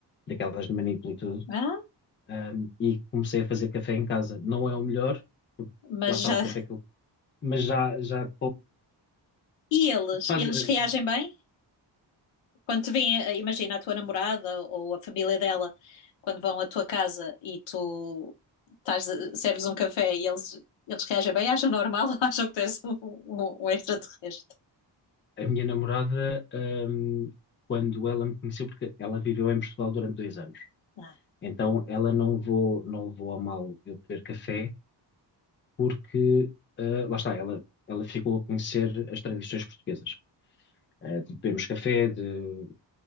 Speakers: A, on the left (about 25°); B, on the left (about 80°).
A: daquelas de manípulo e tudo,
B: Ah,
A: ahm, e comecei a fazer café em casa. Não é o melhor, porque
B: mas
A: lá está
B: já.
A: o café que eu mas já, já,
B: E eles?
A: Faz,
B: Eles
A: eh,
B: reagem bem? Quando te vêm, eh, imagina a tua namorada ou a família dela, quando vão à tua casa e tu estás, serves um café e eles, eles reagem bem, acham normal <laughs> ou acham que tens um, um, um extraterrestre?
A: a minha namorada, hum, quando ela me conheceu, porque ela viveu em Portugal durante dois anos,
B: Ah,
A: então ela não levou, não levou a mal eu beber café, porque ah, lá está, ela, ela ficou a conhecer as tradições portuguesas. Ah, de bebermos café, de